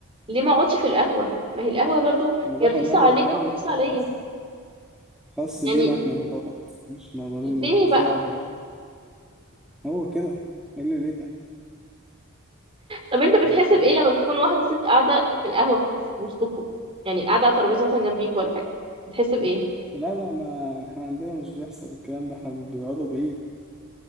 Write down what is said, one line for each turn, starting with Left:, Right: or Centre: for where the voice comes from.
Right: ليه ما اقعدش في القهوه ما هي القهوه برضو
Centre: من
Right: هي
Centre: القهوة
Right: رخيصه
Centre: ده
Right: عليك
Centre: مكان
Right: ورخيصه عليا
Centre: خاص خاص
Right: يعني
Centre: بينا احنا فقط مش ما مالكوش
Right: ليه بقى
Centre: دعوة بالقهوة هو كده ايه اللي ليه ده
Right: طب انت بتحس
Centre: يعني
Right: بايه لما تكون واحده ست قاعده في القهوه في في وسطكم يعني قاعده على ترابيزه مثلا جنبيك ولا حاجه بتحس بايه
Centre: لا لا ما احنا عندنا مش بيحصل الكلام ده احنا بيقعدوا بعيد